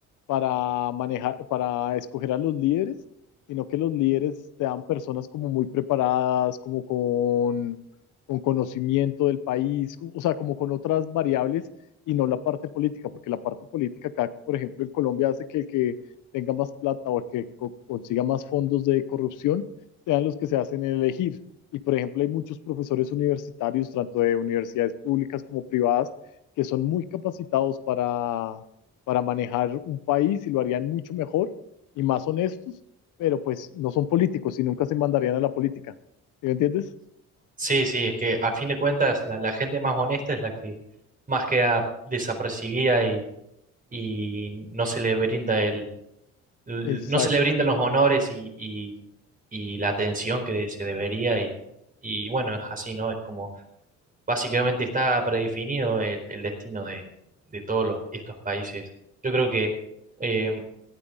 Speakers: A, on the left (about 85°); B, on the right (about 30°).
A: para manejar, para escoger a los líderes, sino que los líderes sean personas como muy preparadas, como con, con conocimiento del país, o sea, como con otras variables y no la parte política, porque la parte política acá, por ejemplo, en Colombia hace que el que tenga más plata o el que co- consiga más fondos de corrupción sean los que se hacen elegir y por ejemplo, hay muchos profesores universitarios, tanto de universidades públicas como privadas, que son muy capacitados para, para manejar un país y lo harían mucho mejor y más honestos, pero pues no son políticos y nunca se mandarían a la política. ¿Sí ¿Me entiendes?
B: Sí, sí, es que a fin de cuentas la, la gente más honesta es la que más queda desapercibida y, y no se le brinda el, l-
A: Exacto,
B: no se le brindan los honores y, y- y la atención que se debería y, y bueno, es así, ¿no? Es como Básicamente está predefinido el, el destino de, de todos los- estos países. Yo creo que eh,